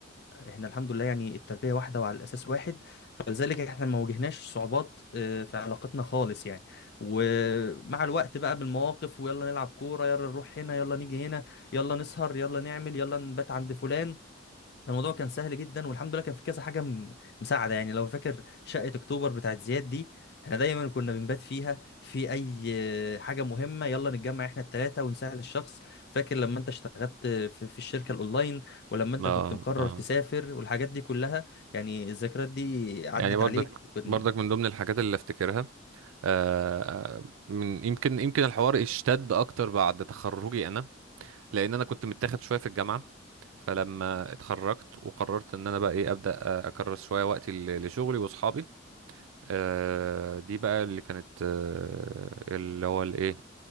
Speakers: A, on the left; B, on the right.
A: احنا الحمد لله يعني التربية واحدة وعلى الأساس واحد فلذلك احنا ما واجهناش صعوبات آه، في علاقتنا خالص يعني ومع الوقت بقى بالمواقف ويلا نلعب كورة يلا نروح هنا يلا نيجي هنا يلا نسهر يلا نعمل يلا نبات عند فلان الموضوع كان سهل جدا والحمد لله كان في كذا حاجه م- مساعده يعني لو فاكر شقه اكتوبر بتاعت زياد دي احنا دايما كنا بنبات فيها في اي حاجه مهمه يلا نتجمع احنا التلاته ونساعد الشخص فاكر لما انت اشتغلت في, في الشركه الاونلاين ولما انت
B: اه
A: كنت مقرر
B: اه
A: تسافر والحاجات دي كلها يعني الذكريات دي عدت
B: يعني برضك
A: عليك وكنت
B: برضك من ضمن الحاجات اللي افتكرها آه، آه، من يمكن يمكن الحوار اشتد اكتر بعد تخرجي انا لان انا كنت متاخد شويه في الجامعه فلما اتخرجت وقررت ان انا بقى ايه ابدا اكرس شويه وقتي ل- لشغلي واصحابي آه، دي بقى اللي كانت آه، اللي هو الايه